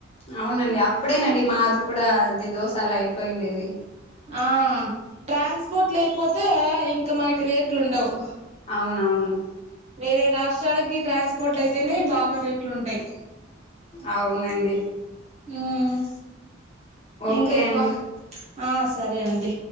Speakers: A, on the left; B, on the right.
A: అవునండి అప్పుడేనండి మాది కూడా అది దోశ అలా అయిపోయిండేది
B: ఆ ట్రాన్స్పోర్ట్ లేకపోతే ఇంకా మనకి రేట్లు ఉండవు
A: అవునవును
B: వేరే రాష్ట్రాలకి ట్రాన్స్పోర్ట్ అయితేనే బాగా రేట్లు ఉంటాయి
A: అవునండి
B: ఉమ్
A: ఓకే
B: ఇంకా ఇవా
A: అండి
B: ఆ సరే అండి